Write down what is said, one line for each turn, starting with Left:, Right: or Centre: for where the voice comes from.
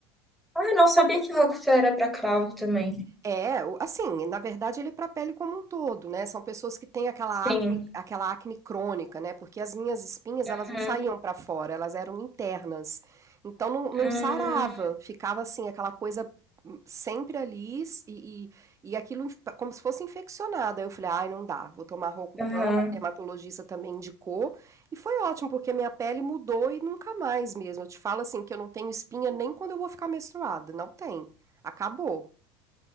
Centre: Ah, eu não sabia que Rocto era pra cravo também.
Right: É, o assim, na verdade ele é para a pele como um todo, né, são pessoas que têm aquela
Centre: Sim.
Right: acne aquela acne crônica, né, porque as minhas espinhas
Centre: Hum,
Right: elas não saíam para fora, elas eram internas, então não não
Centre: hum,
Right: sarava, ficava assim aquela coisa hum, sempre ali s e e e aquilo inf como se fosse infeccionado, aí eu falei: "Ai não dá, vou tomar Rocutan",
Centre: aham.
Right: a dermatologista também indicou, e foi ótimo porque minha pele mudou e nunca mais mesmo, eu te falo assim que eu não tenho espinha nem quando eu vou ficar menstruada, não tem, acabou.